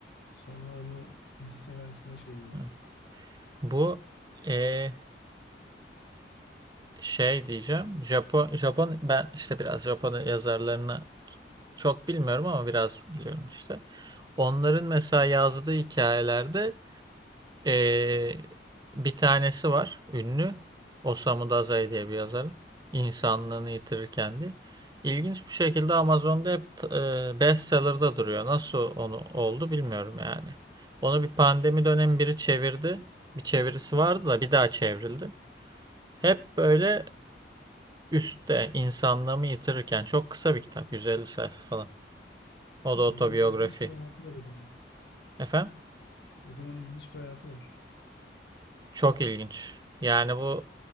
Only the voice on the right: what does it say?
evet. Bu eh, şey diyeceğim. Japon, Japon ben işte biraz Japon yazarlarını çok bilmiyorum ama biraz biliyorum işte. Onların mesela yazdığı hikayelerde Ee, bir tanesi var ünlü. Osamu Dazai diye bir yazarın. İnsanlığını yitirir kendi. İlginç bir şekilde Amazon'da hep e, bestseller'da duruyor. Nasıl onu oldu bilmiyorum yani. Onu bir pandemi dönemi biri çevirdi. Bir çevirisi vardı da bir daha çevrildi. Hep böyle üstte insanlığımı yitirirken çok kısa bir kitap. 150 sayfa falan. O da otobiyografi.
Efendim?
Çok ilginç. Yani bu